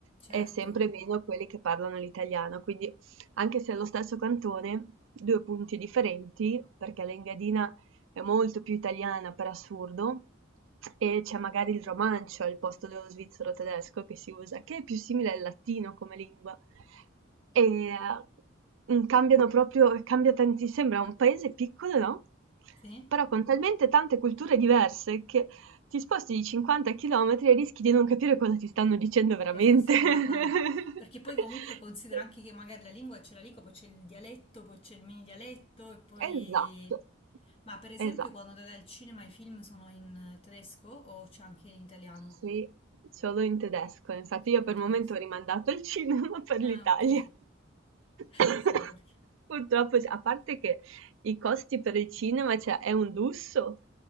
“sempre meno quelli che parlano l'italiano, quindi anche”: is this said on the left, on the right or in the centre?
Right